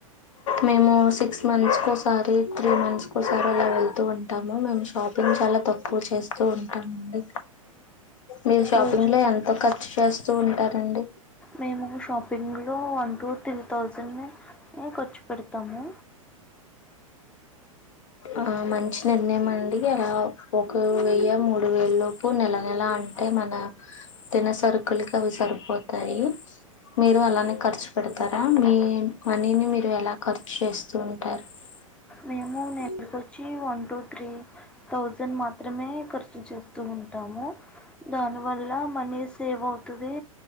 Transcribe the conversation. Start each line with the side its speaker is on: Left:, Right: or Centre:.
Left: మేము సిక్స్ మంత్స్కోసారి త్రీ మంత్స్కోసారి అలా వెళ్తూ ఉంటాము మేము షాపింగ్ చాలా తక్కువ చేస్తూ ఉంటామండి మీరు షాపింగ్
Centre: రోజు
Left: లో ఎంత ఖర్చు చేస్త వస్తుూ ఉంటారండి
Centre: మేము షాపింగ్ లో వన్ టూ త్రీ థౌజండ్ ఏ ఖర్చు పెడతాము
Left: ఆ మంచి నిర్ణయం అండి అలా ఒక వెయ్య మూడు వేల లోపు నెల నెల అంటే మన తినే సరుకులకి అవి సరిపోతాయి మీరు అలానే ఖర్చు పెడతారా మీ మనీని మీరు ఎలా ఖర్చు చేస్తూ ఉంటారు
Centre: మేము
Left: <unintelligible>
Centre: నెలకు వచ్చి వన్ ూ త్రీ ౌజండ్ మాత్రమే ఖర్చు చేస్తూ ఉంటాము దాని వల్ల మనీ సేవ్ అవుతుంది